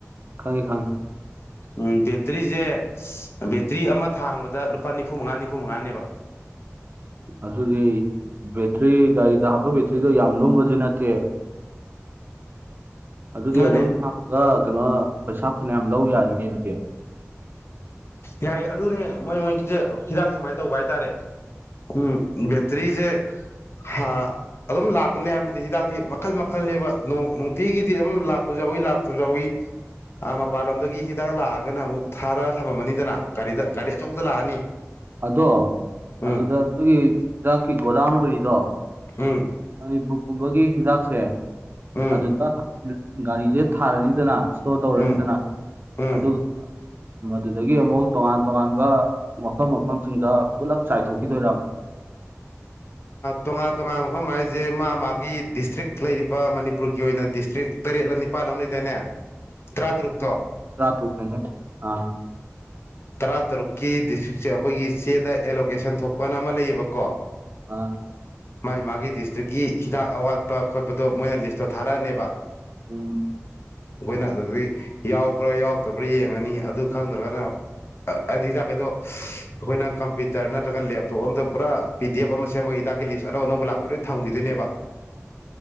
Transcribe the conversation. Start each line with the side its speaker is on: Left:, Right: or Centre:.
Right: ꯈꯪꯉꯤ ꯈꯪꯉꯤ
Left: ꯎꯝ ꯕꯦꯇ꯭ꯔꯤꯁꯦ ꯕꯦꯇ꯭ꯔꯤ ꯑꯃ ꯊꯥꯡꯕꯗ ꯂꯨꯄꯥ ꯅꯤꯐꯨ ꯃꯉꯥ ꯅꯤꯐꯨ ꯃꯉꯥꯅꯦꯕ
Right: ꯑꯗꯨꯗꯤ ꯕꯦꯇ꯭ꯔꯤ ꯒꯥꯔꯤꯗ ꯍꯥꯞꯄ ꯕꯦꯇ꯭ꯔꯤꯗꯣ ꯌꯥꯝ ꯂꯨꯝꯕꯁꯨ ꯅꯠꯇꯦ ꯑꯗꯨꯗꯤ
Left: ꯃꯥꯅꯦ
Right: ꯑꯗꯨꯝ ꯊꯥꯡꯉꯒ ꯀꯩꯅꯣ ꯄꯩꯁꯥ ꯐꯅꯌꯥꯝ ꯂꯧ ꯌꯥꯔꯤꯅꯦ ꯑꯗꯨꯗꯤ
Left: ꯌꯥꯏ ꯑꯗꯨꯅꯦ ꯃꯣꯏ ꯃꯣꯏꯒꯤꯁꯦ ꯍꯤꯗꯥꯛꯁꯦ ꯁꯨꯃꯥꯏꯅ ꯇꯧꯕ ꯍꯥꯏꯇꯥꯔꯦ ꯎꯝ ꯕꯦꯇꯔꯤꯁꯦ ꯍꯥ ꯑꯗꯨꯝ ꯂꯥꯛꯀꯅꯤ ꯍꯥꯏꯕꯅꯠꯇꯦ ꯍꯤꯗꯥꯛꯇꯤ ꯃꯈꯜ ꯃꯈꯜꯅꯦꯕ ꯅꯣꯡ ꯅꯨꯡꯇꯤꯒꯤꯗꯤ ꯑꯗꯨꯝ ꯂꯥꯛꯄꯁꯨ ꯌꯥꯎꯏ ꯂꯥꯛꯄꯁꯨ ꯌꯥꯎꯏ ꯑꯥ ꯃꯄꯥꯟꯂꯣꯝꯗꯒꯤ ꯍꯤꯗꯥꯛ ꯂꯥꯛꯑꯒꯅ ꯑꯃꯨꯛ ꯊꯥꯔ ꯊꯝꯃꯝꯃꯅꯤꯗꯅ ꯒꯥꯔꯤꯗ ꯒꯥꯔꯤ ꯑꯆꯧꯕꯗ ꯂꯥꯛꯑꯅꯤ
Right: ꯑ ꯑꯗꯣ
Left: ꯎꯝ
Right: ꯑꯗꯨꯗ ꯑꯩꯈꯣꯏꯒꯤ ꯍꯤꯗꯥꯛꯀꯤ ꯒꯣꯗꯥꯎꯟ ꯑꯣꯏꯔꯤꯗꯣ
Left: ꯎꯝ
Right: ꯃꯅꯤꯄꯨꯔ ꯄꯨꯝꯕꯒꯤ ꯍꯤꯗꯥꯛꯁꯦ
Left: ꯎꯝ
Right: ꯑꯗꯨꯗ ꯒꯥꯔꯤꯗꯦ ꯊꯥꯔꯅꯤꯗꯅ ꯏꯁꯇꯣꯔ ꯇꯧꯔꯅꯤꯗꯅ
Left: ꯎꯝ ꯎꯝ
Right: ꯑꯗꯨꯒ ꯃꯗꯨꯗꯒꯤ ꯑꯃꯨꯛ ꯇꯣꯉꯥꯟ ꯇꯣꯉꯥꯟꯕ ꯃꯐꯝ ꯃꯐꯝꯁꯤꯡꯗ ꯄꯨꯂꯞ ꯆꯥꯏꯊꯣꯛꯈꯤꯗꯣꯏꯔꯕ <inaudible>
Left: ꯇꯣꯉꯥꯟ ꯇꯣꯉꯥꯟꯕ ꯃꯐꯝ ꯍꯥꯏꯔꯤꯁꯦ ꯃꯥ ꯃꯥꯒꯤ ꯗꯤꯁꯇ꯭ꯔꯤꯛ ꯂꯩꯔꯤꯕ ꯃꯅꯤꯄꯨꯔꯒꯤ ꯑꯣꯏꯅ ꯗꯤꯁꯇ꯭ꯔꯤꯛ ꯇꯔꯦꯠꯂ ꯅꯤꯄꯥꯜ ꯑꯃ ꯂꯩꯗꯥꯅꯦ ꯇꯔꯥꯇꯔꯨꯛꯇꯣ
Right: ꯇꯔꯥꯇꯔꯨꯛꯅꯦ ꯑꯥ
Left: ꯇꯔꯥ ꯇꯔꯨꯛꯀꯤ ꯗꯤꯁꯇ꯭ꯔꯤꯛꯁꯦ ꯑꯩꯈꯣꯏꯒꯤ ꯆꯦꯗ ꯑꯦꯂꯣꯀꯦꯁꯟ ꯊꯣꯛꯄꯅ ꯑꯃ ꯂꯩꯌꯦꯕ ꯀꯣ
Right: ꯑ
Left: ꯃꯥꯒꯤ ꯃꯥꯒꯤ ꯗꯤꯁꯇ꯭ꯔꯤꯛꯀꯤ ꯍꯤꯗꯥꯛ ꯑꯋꯥꯠꯄ ꯈꯣꯠꯄꯗꯣ ꯃꯣꯏꯅ ꯂꯤꯁꯇꯣ ꯊꯥꯔꯛꯑꯅꯦꯕ
Right: ꯎꯝ
Left: ꯑꯩꯈꯣꯏꯅ ꯑꯗꯨꯗꯒꯤ ꯌꯥꯎꯕ꯭ꯔꯥ ꯌꯥꯎꯗꯕ꯭ꯔꯥ ꯌꯦꯡꯉꯅꯤ ꯑꯗꯨ ꯈꯪꯗ꯭ꯔꯒꯅ ꯍꯥꯏꯗꯤ ꯍꯤꯗꯥꯛꯀꯩꯗꯣ ꯑꯩꯈꯣꯏꯅ ꯀꯝꯄ꯭ꯌꯨꯇꯔ ꯅꯠꯇ꯭ꯔꯒ ꯂꯦꯞꯇꯣꯞ ꯑꯝꯇ ꯄꯨꯔꯥ ꯄꯤ ꯗꯤ ꯑꯦꯐ ꯑꯃ ꯁꯦꯝꯃꯒ ꯍꯤꯗꯥꯛꯀꯤ ꯂꯤꯁ ꯑꯅꯧ ꯑꯅꯧꯕ ꯂꯥꯛꯄꯒꯩ ꯂꫭꯏ ꯊꯝꯈꯤꯗꯣꯏꯅꯦꯕ